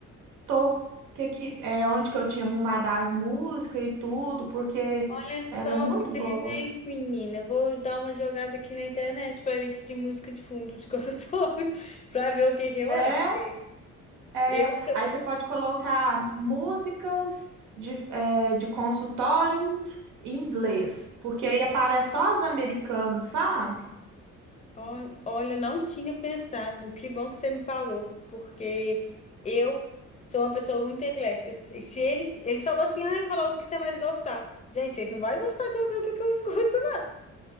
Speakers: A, on the right; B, on the left.
A: tô. Que, que, é onde que eu tinha arrumado as músicas e tudo, porque
B: Olha só
A: eram muito
B: que inteligente,
A: boas.
B: menina. Eu Vou dar uma jogada aqui na internet playlist de música de fundo de consultório <laughs> para ver o que que eu
A: É,
B: acho. Porque
A: É,
B: eu, se eu
A: aí você pode colocar músicas de, é, de consultórios em inglês, porque aí aparece só os americanos, sabe?
B: Ol- Olha, eu não tinha pensado. Que bom que você me falou, porque eu sou uma pessoa muito eclética. Se se eles, eles falou assim, ai, coloca o que você mais gostar. Gente, vocês não vão gostar de ouvir o que que eu <laughs> escuto,